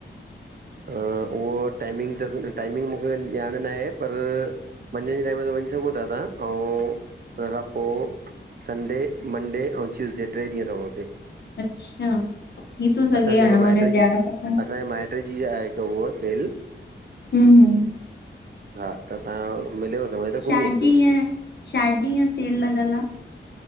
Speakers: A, on the right; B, on the left.
A: उहो टाइमिंग त टाइमिंग मूंखे ॼाण न आहे पर मंझंदि जे टाइम ते वञी सघो था तव्हां ऐं हुन खां पोइ संडे मंडे ऐं टयूसडे टे ॾींहं अथव हुते
B: अच्छा थी थो सघे
A: असांजे
B: हाणे
A: जेके माइट्र
B: मूंखे
A: जी
B: ॼाण खपनि
A: असांजे माइट जी आहे हिकु उहा सेल
B: हम हम
A: हा त तव्हां मिलेव समय त
B: छाजी
A: घुमी अचिजो
B: ईअं छाजी ही सेल लॻलि आहे